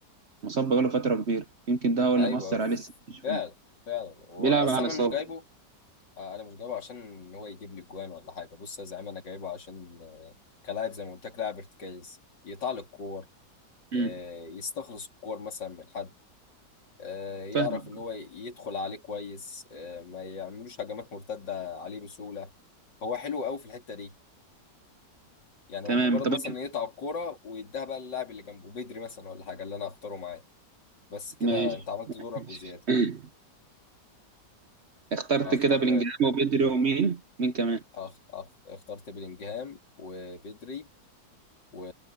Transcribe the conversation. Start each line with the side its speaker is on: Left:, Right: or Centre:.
Right: مصاب بقاله فترة كبيرة يمكن ده هو
Left: ايوه
Right: اللي مأثر
Left: ف-
Right: عليه السنة دي شوية
Left: فعلا فعلا هو
Right: بيلعب
Left: اصلا
Right: على إصابة
Left: انا مش جايبه آه، انا مش جايبه عشان ان هو يجيب لي جوان ولا حاجه بص يا زعيم انا جايبه عشان آه، كلاعب زي ما قلت لك لاعب ارتكاز يطلع الكور
Right: أمم،
Left: آه، يستخلص الكور مثلا من حد آه، يعرف
Right: فاهم
Left: ان هو يدخل عليه كويس آه، ما يعملوش هجمات مرتده عليه بسهوله هو حلو قوي في الحته دي يعني
Right: تمام
Left: هو مجرد
Right: طب
Left: مثلا إن يقطع الكوره ويديها بقى للاعب اللي جنبه بدري مثلا ولا حاجه اللي انا هختاره معاه بس كده
Right: ماشي
Left: انت عملت دورك وزياده
Right: ماشي. اخترت
Left: فاختار
Right: كده بلينجهام وبيدري ومين مين كمان
Left: أخ... أخ... اخترت بلينجهام وبدري و...